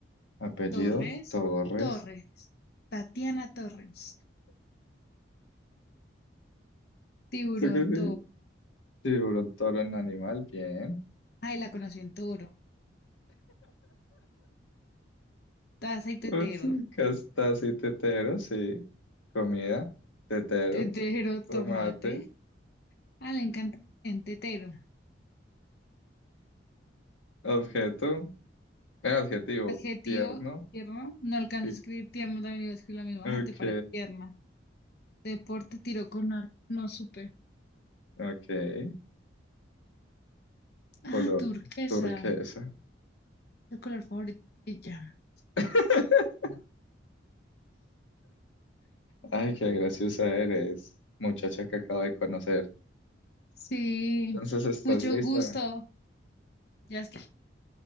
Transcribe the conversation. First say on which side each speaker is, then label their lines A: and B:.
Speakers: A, on the left; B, on the left.
A: Apellido,
B: Torres.
A: Torres.
B: Torres. Tatiana Torres. Tiburón
A: ¿Eso qué significa?
B: toro.
A: Tiburón, toro en animal, bien.
B: Ay, la conoció en toro. Taza y tetero.
A: Ups, Castasi, y tetero, sí. Comida, tetero.
B: Tetero, tomate.
A: Tomate.
B: Ah, le encanta en tetero.
A: Objeto, eh, adjetivo,
B: Adjetivo,
A: tierno.
B: tierno. No alcanzo
A: y
B: a escribir tierno, también iba a escribir la misma.
A: Ok,
B: ah te parece tierna. Deporte, tiro con arco. No supe.
A: ok. Color
B: Ah, turquesa.
A: turquesa.
B: El color favorito de ella.
A: <laughs> Ay, qué graciosa eres, muchacha que acabo de conocer.
B: Sí.
A: Entonces, ¿estás
B: Mucho
A: lista?
B: gusto. Ya está.